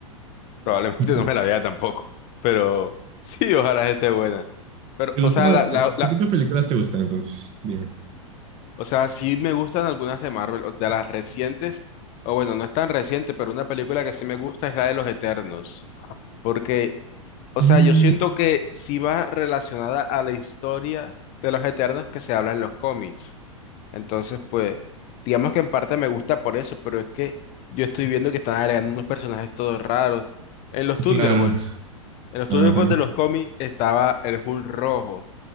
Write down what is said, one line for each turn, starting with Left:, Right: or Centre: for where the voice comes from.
Left: Probablemente
Right: <laughs> ¿Te
Left: <laughs> no me la vea tampoco. Pero <laughs> sí, ojalá esté buena. Pero,
Right: gusta?
Left: o sea, la, la, la-
Right: ¿Qué tipo de películas te gustan entonces? Dime.
Left: o sea, sí me gustan algunas de Marvel, o de las recientes, o bueno, no es tan reciente, pero una película que sí me gusta es la de los Eternos. Porque, o
Right: Mm,
Left: sea, yo siento que sí va relacionada a la historia de los Eternos que se habla en los cómics. Entonces, pues, digamos que en parte me gusta por eso, pero es que yo estoy viendo que están agregando unos personajes todos raros. En los Thunderbolts,
Right: Claro.
Left: en los
Right: Ajá.
Left: Thunderbolts de los cómics estaba el Hulk rojo.